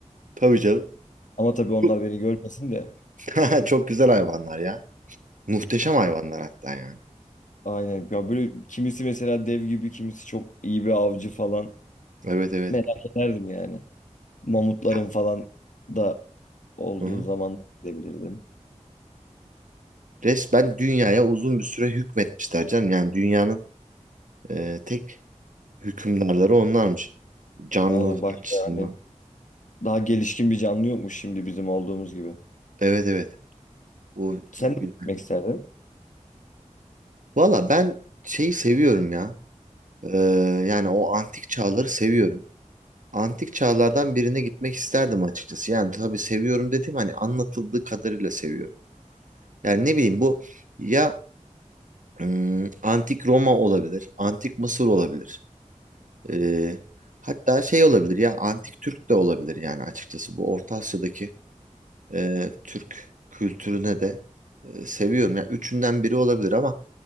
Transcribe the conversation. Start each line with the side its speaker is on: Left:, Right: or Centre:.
Right: Tabii canım.
Left: Ama tabii onlar
Right: Çok
Left: beni görmesin de.
Right: <laughs> Çok güzel hayvanlar ya. Muhteşem hayvanlar hatta yani.
Left: Aynen. Ya böyle kimisi mesela dev gibi, kimisi çok iyi bir avcı falan.
Right: Evet evet.
Left: Merak ederdim yani. Mamutların
Right: Hı
Left: falan da olduğu
Right: hı.
Left: zaman da gidebilirdim.
Right: Resmen dünyaya uzun bir süre hükmetmişler canım. Yani dünyanın e, tek hükümdarları onlarmış. Canlılık
Left: Aynen başka
Right: açısından.
Left: hani daha gelişkin bir canlı yokmuş şimdi bizim olduğumuz gibi.
Right: Evet evet. O
Left: Sen
Right: güzel.
Left: de gitmek isterdin.
Right: Valla ben şeyi seviyorum ya. Ee, yani o antik çağları seviyorum. Antik çağlardan birine gitmek isterdim açıkçası. Yani tabii seviyorum dediğim hani anlatıldığı kadarıyla seviyorum. Yani ne bileyim bu ya ım, antik Roma olabilir, antik Mısır olabilir. Ee, hatta şey olabilir ya antik Türk de olabilir yani açıkçası bu Orta Asya'daki e, Türk kültürüne de e, seviyorum. Yani üçünden biri olabilir ama